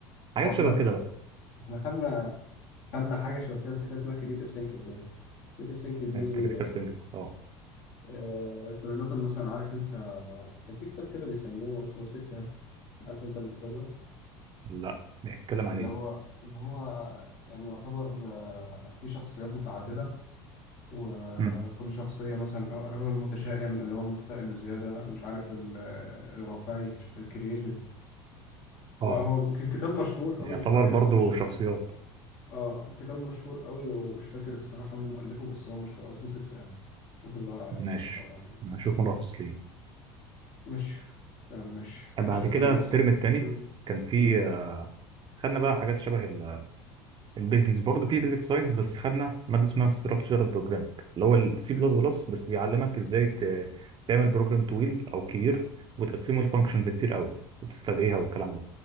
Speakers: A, on the right (about 35°); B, on the left (about 60°).
A: حاجات
B: هو احنا
A: شبه كده بقى
B: احنا خدنا خدنا حاجه شبه كده بس كده اسمها كريتيف ثينكينج يعني كريتيف ثينكينج دي
A: كريتيكال سينجل اه
B: آه، كنا ناخد مثلا عارف انت كان في كتاب كده بيسموه اسمه 6 هاتس عارف انت الكتاب ده
A: لا بيتكلم عن
B: اللي
A: ايه
B: هو اللي هو يعني يعتبر آه، في شخصيات متعدده وكل
A: مم.
B: شخصيه مثلا اللي هو اللي هو المتشائم اللي هو المتفائل بزياده مش عارف ال- الواقعي الكرييتيف وهو
A: اه
B: ك- كتاب مشهور قوي
A: يعتبر
B: مش فاكر
A: برضو
B: اسمه مش
A: شخصيات
B: اه كتاب مشهور قوي ومش فاكر الصراحة مين مؤلفه بس هو مشهور قوي اسمه 6 هاتس ممكن تدور عليه لو
A: ماشي
B: حد دور عليه يعني
A: نشوف ملخص ليه
B: ماشي تمام ماشي ماشي
A: بعد
B: تسلم
A: كده
B: يا هندسة
A: الترم التاني
B: مم.
A: كان في
B: مم.
A: آه، خدنا بقى حاجات شبه ال- البيزنس برضه في بيزك ساينس بس خدنا ماده اسمها ستراكشرد بروجرامينج اللي هو السي بلس بلس بس بيعلمك ازاي ت- تعمل بروجرام طويل او كبير وتقسمه لفانكشنز كتير قوي وتستدعيها والكلام